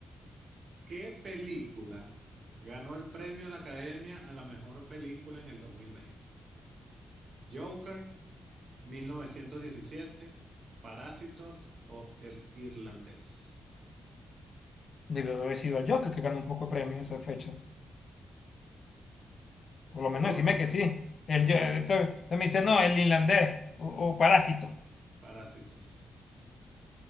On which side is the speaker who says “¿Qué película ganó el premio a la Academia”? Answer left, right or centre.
Right